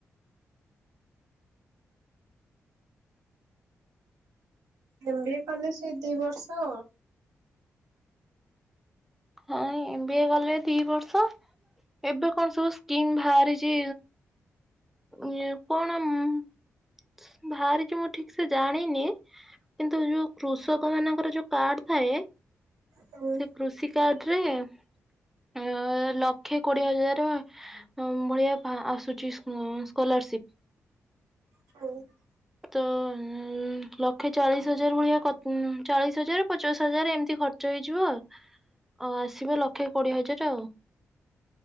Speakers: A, on the right; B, in the centre.
A: ଏମ ବି ଏ କଲେ ସେ ଦି ବର୍ଷ
B: ହଁ ଣେ ଏମ ବି ଏ କଲେ ଦି ବର୍ଷ ଏବେ କଣ ସବୁ ସ୍କିମ୍ ବାହାରିଚି ଇଏ ପଣ ମ୍ ବାହାରିଚି ମୁଁ ଠିକ୍ ସେ ଜାଣିନି କିନ୍ତୁ ଯୋଉ କୃଷକ ମାନଙ୍କର ଯୋଉ କାର୍ଡ ଥାଏ
A: ହୁଁ
B: ସେ କୃଷି କାର୍ଡ ରେ ଏଁ ଅଁ ଏ ଲକ୍ଷେ କୋଡ଼ିଏ ହଜାର ଟଙ୍କା ହଁ ମ୍ ଭଳିଆ ଫା ଆସୁଚି ଉଁ ସ୍କୋଲାରସିପ।
A: ପାନି
B: ତ ଅଁ ଅଁ ଅଁ ଲକ୍ଷେ ଚାଳିଶ ହଜାର ଭଳିଆ ଖଚ ଚାଳିଶ ହଜାର ପଚାଶ ହଜାର ଏମତି ଖର୍ଚ୍ଚ ଚ ହେଇଯିବ ଆଉ ଅ ଆସିବ ଲକ୍ଷେ କୋଡ଼ିଏ ହଜାର ଟା ଆଉ।